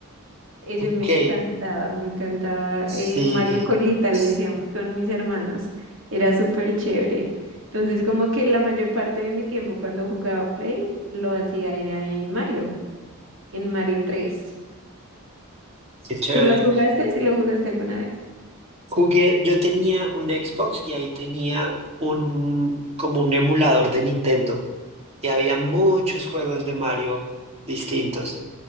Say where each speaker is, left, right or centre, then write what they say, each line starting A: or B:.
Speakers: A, on the right; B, on the right.
A: Ese
B: Ok,
A: me encantaba, me encantaba.
B: sí,
A: eh, Mario Colita le
B: s-
A: decíamos con mis hermanos, era súper chévere. Entonces, como que la mayor parte de mi tiempo cuando jugaba Play lo hacía era en Mario, en Mario tres
B: qué chévere.
A: Si lo jugaste? si lo jugaste alguna vez?
B: Jugué, yo tenía un Xbox y ahí tenía un, como un emulador de Nintendo y había muchos juegos de Mario distintos.